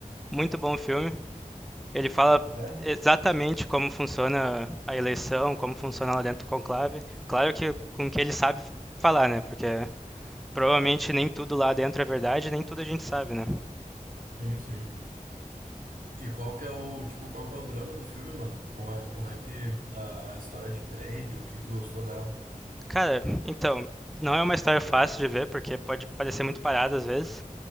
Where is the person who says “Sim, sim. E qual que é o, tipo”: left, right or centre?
Right